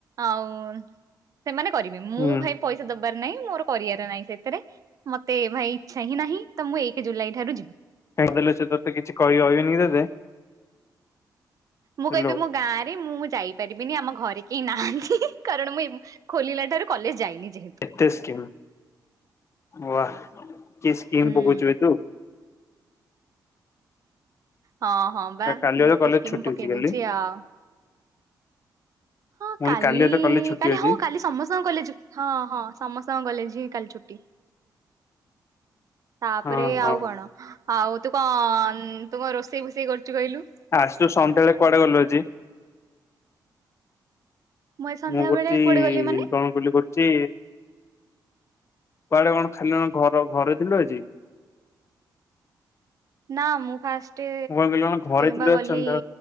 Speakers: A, on the right; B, on the left.
A: ଆଉ ସେମାନେ କରିବେ ମୁଁ
B: ହୁଁ
A: ଭାଇ ପଇସା ଦବାର ନାଇଁ। ମୋର କରିଆର ନାହିଁ ସେଥିରେ ମତେ ଭାଇ ଇଚ୍ଛା ହିଁ ନାହିଁ ତ ମୁଁ ଏକ ଜୁଲାଇ ଠାରୁ ଯିବି।
B: କାହିଁ ଗଲେ ସେ ତ କିଛି କହିବେନି ତୋତେ।
A: ମୁଁ
B: ହ୍ୟାଲୋ
A: କହିବି ମୋ ଗାଁ ରେ ମୁଁ ଯାଇ ପାରିବିନି ଆମ ଘରେ କେହି ନାହାନ୍ତି କାରଣ ମୁଁ ଖୋଲିଲା ଠାରୁ କଲେଜ ଯାଇନି ଯେହେତୁ।
B: କେତେ ସ୍କିମ ୱାହା କି ସ୍କିମ
A: ହୁଁ।
B: ପକୋଉଚୁ ବେ ତୁ।
A: ହଁ ହଁ ବା
B: କାଲି
A: ମୁଁ
B: ବୋଧେ
A: ଟିକେ
B: କଲେଜ
A: ସ୍କିମ୍
B: ଛୁଟି
A: ପକେଇ
B: ଅଛି କାଲି
A: ଦଉଛି ଆଉ। ହଁ
B: ମୁଁ କହିଲି
A: କାଲି
B: ବୋଧେ କଲେଜ ଛୁଟି
A: କାଲି
B: ଅଛି
A: ହଁ କାଲି ସମସ୍ତଙ୍କୁ କଲେଜ ହଁ ହଁ ସମସ୍ତଙ୍କ କଲେଜ ହିଁ କାଲି ଛୁଟି। ତାପରେ
B: ହଁ ହଁ।
A: ଆଉ କଣ ଆଉ ତୁ କଣ ତୁ କଣ ରୋଷେଇ ଫୁଷେଇ କରିଚୁ କହିଲୁ।
B: ଆଯିତୁ ସନ୍ଧ୍ୟାବେଳେ କୁଆଡେ ଗଲୁ ଆଜି।
A: ଏ ସନ୍ଧ୍ୟା
B: ମୁଁ ଗୋଛି
A: ବେଳେ କୁଆଡେ ଗଲି ମାନେ
B: କଣ କଲିି ଗୋ ଛି କୁଆଡେ କଣ ଖାଲି କଣ ଘର ଘରେ ଥିଲୁ ଆଜି।
A: ନା ମୁଁ ଫାଷ୍ଟ
B: ମୁଁ କଣ କହିଲି କଣ ଘରେ ଥିଲୁ
A: ବା
B: ଆଜି
A: ଗଲି।
B: ସନ୍ଧ୍ୟା